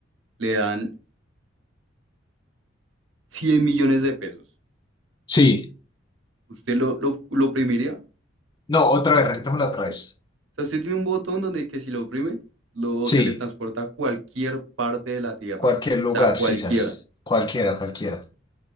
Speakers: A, on the right; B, on the left.
A: le dan 100 millones de pesos.
B: Sí.
A: ¿Usted lo, lo, lo oprimiría?
B: No, otra vez, rentémosla otra vez.
A: O sea, usted tiene un botón donde que si lo oprime, lo
B: Sí,
A: teletransporta a cualquier parte de la Tierra.
B: cualquier
A: O
B: lugar,
A: sea, cualquiera.
B: sisas. Cualquiera, cualquiera.